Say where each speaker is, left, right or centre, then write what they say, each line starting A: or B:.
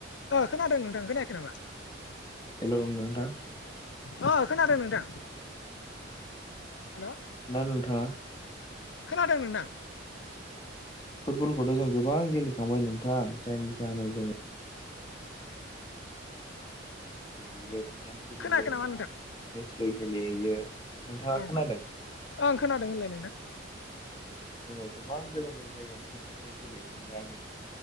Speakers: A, on the left; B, on the left.
A: खोनादों नोंथां खोनायाखै नामा?
B: हेलो नोंथां?
A: अ खोनादों नोंथां। हेलो
B: ना नोंथाङा
A: खोनादों नोंथां
B: फुटबलखौथ' जों गोबां गेलेखांबाय नोंथां जायनि जाहोनाव जोङो गेलेयो। फैसानि गेलेयो
A: खोनायाखै
B: नोंथां
A: नामा
B: मेचबो गेलेहैयो नोंथाङा
A: ओं
B: खोनादों?
A: ओं खोनादों होनलाय नोंथां
B: जोङो गोबां गोजान गोजान जायगायावनो जों फुटबल गेलेहैखांबाय